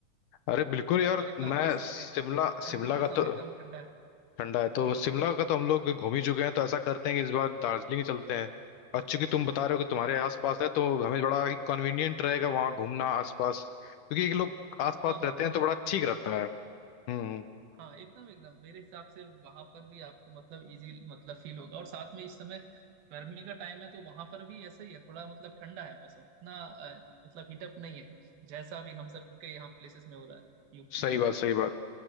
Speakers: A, on the left (about 75°); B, on the right (about 80°).
A: अरे बिल्कुल
B: उधर
A: यार
B: का भी प्लान
A: मैं
B: कर सकते
A: शिमला
B: हैं उधर
A: शिमला
B: भी मौसम
A: का तो
B: एकदम ठंडा है
A: ठंडा है तो
B: हाँ
A: शिमला का तो हम लोग घूम ही चुके हैं तो ऐसा करते हैं कि इस बार दार्जिलिंग ही चलते हैं और चूंकि तुम बता रहे हो कि तुम्हारे
B: हाँ
A: आसपास है तो हमें बड़ा ही कन्वीनियंट रहेगा वहाँ घूमना आसपास क्योंकि एक लोग आसपास
B: हाँ हाँ
A: रहते
B: हाँ
A: हैं तो बड़ा ठीक
B: मेरे
A: रहता है हम्म
B: हाँ एकदम एकदम मेरे हिसाब से वहां पर भी आपको मतलब इजी मतलब फील होगा और साथ में इस समय गर्मी का टाइम है तो वहां पर भी ऐसा ही है थोड़ा मतलब ठंडा है मौसम उतना अ, मतलब हीटअप नहीं है जैसा भी हम सबके यहाँ प्लेसेस में हो रहा है यूपी
A: सही
B: वगैरह
A: बात सही
B: में
A: बात